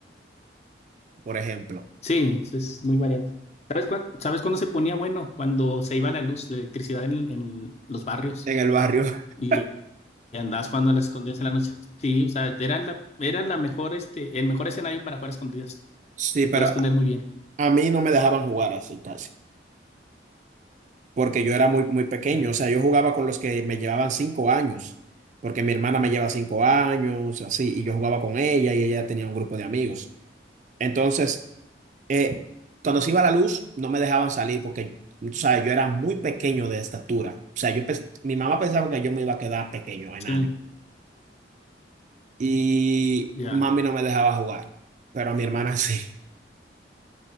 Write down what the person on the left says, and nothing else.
Sí, eso es muy variante. ¿Sabes, cuá- ¿sabes cuándo se ponía bueno? Cuando se iba la luz, la electricidad en, en los barrios
y, y andabas jugando a las escondidas en la noche. Sí, o sea, era la, era la mejor, este, el mejor escenario para jugar a escondidas.
Te
puedes esconder muy bien.
Ya.
Sí,
ya.